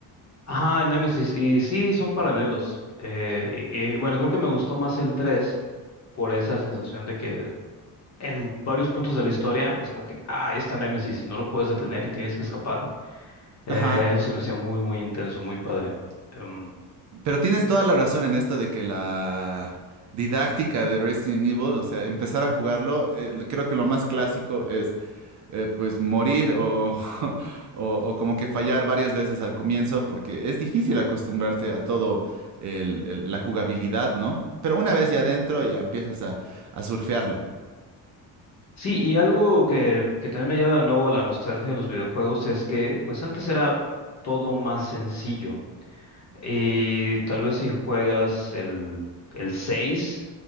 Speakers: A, on the left; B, on the right.
A: Ajá, el Nemesis. Y sí, son paralelos. Eh, y, y, bueno, creo que me gustó más el 3 por esa sensación de que en varios puntos de la historia es como que, ah, ahí está Nemesis y no lo puedes detener y tienes que escapar. Eh,
B: Ajá.
A: eso se me hacía muy, muy intenso, muy padre. Em,
B: Pero tienes toda la razón en esto de que la didáctica de Resident Evil, o sea, empezar a jugarlo, eh, creo que lo más clásico es eh, pues morir o, <laughs> o, o como que fallar varias veces al comienzo, porque es difícil acostumbrarte a todo el- el- la jugabilidad, ¿no? Pero una vez ya adentro ya empiezas a, a surfearlo.
A: sí, y algo que, que también me lleva de nuevo a la nostalgia de los videojuegos es que, pues antes era todo más sencillo. Y tal vez si juegas el, el seis